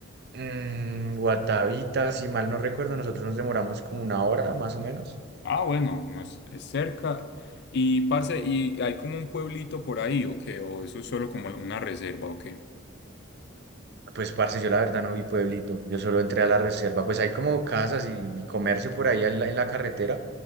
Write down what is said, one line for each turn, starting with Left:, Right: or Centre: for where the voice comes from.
Right: Mm, Guatavita, si mal no recuerdo, nosotros nos demoramos como una hora más o menos.
Left: Ah, bueno, no es, es cerca. Y, parce, ¿y hay como un pueblito por ahí o qué? ¿O eso es solo como una reserva o qué?
Right: Pues, parce, yo la verdad no vi pueblito, yo solo entré a la reserva, pues hay como casas y, y comercio por ahí en la, en la carretera,